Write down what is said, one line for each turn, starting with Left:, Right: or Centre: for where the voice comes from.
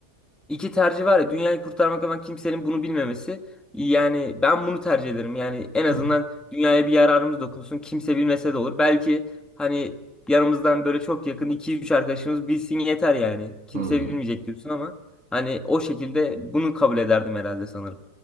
Centre: İki tercih var ya dünyayı kurtarmak ama kimsenin bunu bilmemesi. Yani ben bunu tercih ederim. Yani en azından
Right: Hı. Hı.
Centre: dünyaya bir yararımız dokunsun. Kimse bilmese de olur. Belki hani yanımızdan böyle çok yakın iki üç arkadaşımız bilsin yeter yani. Kimse
Right: Hmm.
Centre: bilmeyecek diyorsun ama hani o şekilde bunu kabul ederdim herhalde sanırım.